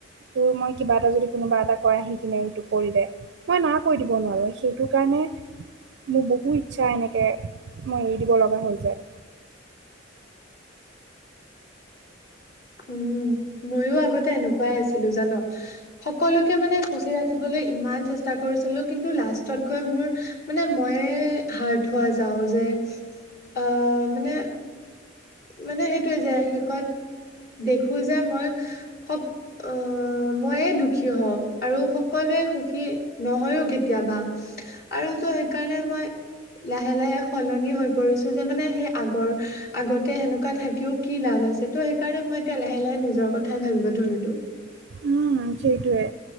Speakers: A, on the right (about 65°); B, on the left (about 55°).
A: তোৰ মই কিবা এটা যদি কোনোবা এটা কয় আহি কিনে এইটো কৰি দে, মই না কৈ দিব নোৱাৰোঁ। সেইটো কাৰণে মোৰ বহু ইচ্ছা এনেকৈ মই এৰি দিব লগা হৈ যায়।
B: উম, ময়ো আগতে এনেকুৱাই আছিলোঁ জানো। সকলোকে মানে সুচি ৰাখিবলৈ ইমান চেষ্টা কৰিছিলোঁ কিন্তু লাষ্টত গৈ মোৰ মানে ময়ে হাৰ্ট হোৱা যাওঁ যে, অ' মানে মানে সেইটোৱে যে শেষত, দেখোঁ যে মই সক অ' ময়ে দুখী হওঁ আৰু সকলোৱে সুখী নহয়ও কেতিয়াবা। আৰু তোৰ সেইকাৰণে মই লাহে লাহে সলনি হৈ পৰিছোঁ যে মানে সেই আগৰ আগত <unintelligible> সেনেকুৱা থাকিও কি লাভ আছে ত' সেইকাৰণে মই এতিয়া লাহে লাহে নিজৰ কথাই ভাবিব ধৰিলোঁ।
A: উম, সেইটোৱে।